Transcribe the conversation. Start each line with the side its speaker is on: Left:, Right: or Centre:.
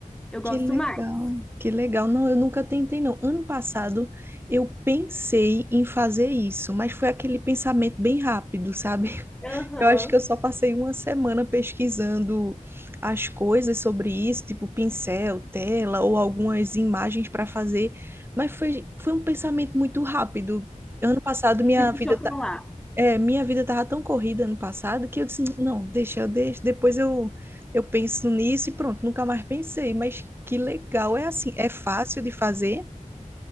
Centre: Eu gosto
Right: Que legal,
Centre: mais.
Right: que legal. Não, eu nunca tentei, não. Ano passado eu pensei em fazer isso, mas foi aquele pensamento bem rápido, sabe? <laughs>
Centre: Aham.
Right: Eu acho que eu só passei uma semana pesquisando as coisas sobre isso, tipo pincel, tela ou algumas imagens para fazer, mas foi, foi um pensamento muito rápido. Ano passado minha
Centre: E deixa
Right: vida
Centre: eu falar.
Right: é, minha vida tava tão corrida ano passado que eu disse, não, deixa, eu deixo, depois eu, eu penso nisso e pronto, nunca mais pensei, mas que legal, é assim, é fácil de fazer?